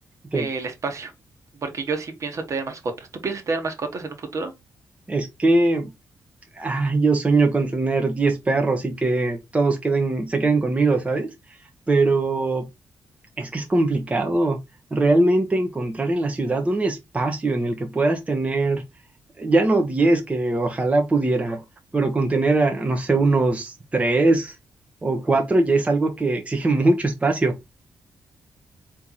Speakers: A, on the right; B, on the right.
A: ¿Qué?
B: eh, el espacio, porque yo sí pienso tener mascotas. ¿Tú piensas tener mascotas en un futuro?
A: Es que ah, yo sueño con tener 10 perros y que todos queden, se queden conmigo, ¿sabes? Pero Es que es complicado realmente encontrar en la ciudad un espacio en el que puedas tener, ya no diez que ojalá pudiera, pero con tener, a, no sé, unos 3 o 4 ya es algo que exige <laughs> mucho espacio.